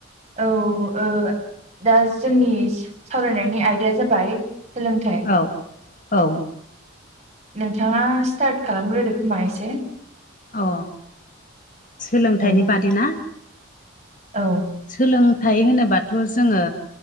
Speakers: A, on the right (about 30°); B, on the left (about 40°).
A: औ ओ दा जोंनि सावरायनायनि आयदाया जाबाय सोलोंथाइ
B: औ-औ
A: नोंथाङा स्टार्ट खालामग्रोदो खोमा एसे
B: अ सोलोंथाइनि
A: औ
B: बादै ना
A: औ
B: सोलोंथाइ होनोबाथ' जोङो